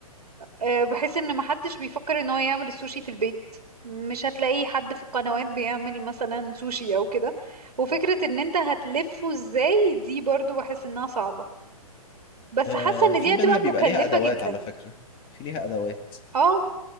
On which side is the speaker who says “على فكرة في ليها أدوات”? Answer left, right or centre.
Left